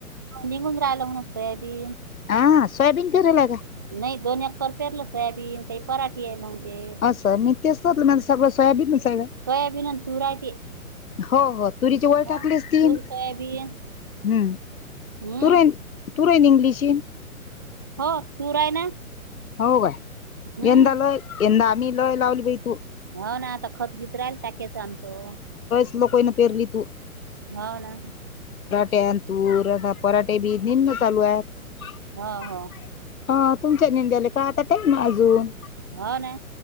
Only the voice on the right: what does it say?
निघून राहिलं म्हणे सोयाबीन.
नाही दोन एक कर पेरलं सोयाबीन काही पराठी आहे मग. ते बाकी
सोयाबीन आणि तूर आहे ते.
हा
तूर
सोयाबीन हम्म.
हो तूर हाय ना?
हम्म
हो ना आता खतगीत राहिल टाकेच आमचं.
हो ना
हो हो
हो ना